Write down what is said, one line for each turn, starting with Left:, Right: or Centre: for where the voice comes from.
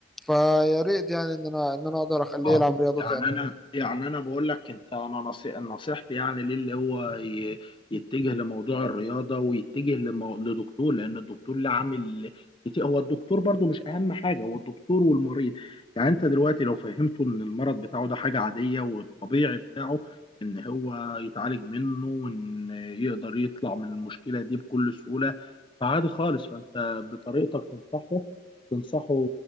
Centre: فيا ريت يعني ان انا ان انا اقدر اخليه
Left: اه
Centre: يلعب رياضه
Left: يعني
Centre: تاني
Left: انا يعني انا بقول لك انت انا نصي... نصيحتي يعني ليه اللي هو ي... يتجه لموضوع الرياضه ويتجه لمو... لدكتور لان الدكتور له عامل كتير هو الدكتور برضو مش اهم حاجه هو الدكتور والمريض يعني انت دلوقتي لو فهمته ان المرض بتاعه ده حاجه عاديه والطبيعي بتاعه ان هو يتعالج منه وان يقدر يطلع من المشكله دي بكل سهوله فعادي خالص فانت بطريقتك تنصحه تنصحه